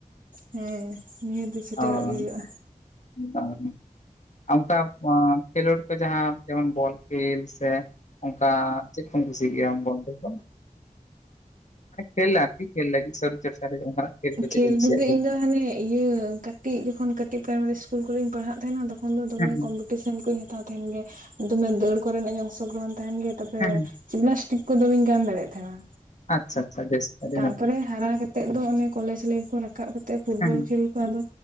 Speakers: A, on the right; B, on the left.
A: ᱦᱮᱸ ᱱᱤᱦᱟᱹᱛ ᱜᱮ ᱥᱮᱴᱮᱨᱚᱜ
B: ᱚ
A: ᱜᱮ ᱦᱩᱭᱩᱜᱼᱟ᱾
B: <inaudible> ᱚᱱᱠᱟ ᱠᱷᱮᱞᱳᱰ ᱠᱚ ᱡᱟᱦᱟᱸ ᱡᱮᱢᱚᱱ ᱵᱚᱞ ᱠᱷᱮᱞ ᱥᱮ... ᱚᱱᱠᱟ ᱪᱮᱫᱠᱩᱢ ᱠᱩᱥᱤᱤᱭᱟᱜᱮᱼᱟ <inaudible> ᱠᱚ᱾ ᱢᱟᱱᱮ ᱠᱷᱮᱞ ᱟᱨᱠᱤ ᱠᱷᱮᱞ ᱞᱟᱜᱤᱫ ᱥᱚᱨᱤ ᱪᱚᱨᱪᱟ᱾ ᱠᱚ
A: ᱠᱷᱮᱞ
B: ᱪᱮᱫ ᱠᱚᱢ ᱠᱩᱥᱤᱭᱟᱜ
A: ᱨᱮᱫᱚ
B: ᱜᱮᱭᱟ
A: ᱤᱧ ᱫᱚ ᱦᱟᱱᱮ᱾ ᱤᱭᱟᱹ ᱠᱟᱹᱴᱤᱡ ᱡᱚᱠᱷᱚᱱ ᱠᱟᱹᱴᱤᱡ ᱯᱨᱟᱭᱢᱟᱨᱤ ᱤᱥᱠᱩᱞ ᱠᱚᱨᱮᱧ ᱯᱟᱲᱦᱟᱜ ᱛᱟᱦᱮᱱᱟ ᱛᱚᱠᱷᱚᱱ ᱫᱚᱢᱮ
B: ᱦᱮᱸ ᱦᱮᱸ
A: <inaudible> ᱴᱤᱭᱤᱥᱟᱱ ᱠᱚᱧ ᱦᱟᱛᱟᱣ ᱛᱟᱦᱮᱱ ᱜᱮ ᱫᱚᱢᱮ ᱫᱟᱹᱲ ᱠᱚᱨᱮᱱᱟᱜ ᱤᱧ ᱚᱝᱥᱚᱜᱨᱚᱦᱚᱱ ᱛᱟᱦᱮᱱ ᱜᱮ ᱛᱚᱵᱮ᱾
B: ᱦᱮᱸ ᱦᱮᱸ
A: ᱡᱤᱢᱱᱟᱥᱴᱤᱠ ᱠᱚᱫᱚ ᱵᱟᱹᱧ ᱜᱟᱢ ᱫᱟᱲᱮᱭᱟᱜ ᱛᱟᱦᱮᱱᱟ᱾
B: ᱟᱪᱪᱷᱟ ᱟᱪᱪᱷᱟ ᱵᱮᱥ ᱟᱹᱰᱤ
A: ᱛᱟᱯᱚᱨᱮ
B: ᱱᱟᱯᱟᱭ᱾
A: ᱦᱟᱨᱟ ᱠᱟ ᱠᱟᱛᱮᱮᱫ ᱫᱚ ᱚᱱᱮ ᱠᱚᱞᱮᱡᱽ ᱞᱟᱭᱤᱯᱷ ᱠᱚ ᱨᱟᱠᱟᱵ ᱠᱟᱛᱮ ᱯᱷᱩᱴᱵᱚᱞ
B: ᱦᱮᱸ ᱦᱮᱸ
A: ᱠᱷᱮᱞ ᱟᱫᱚ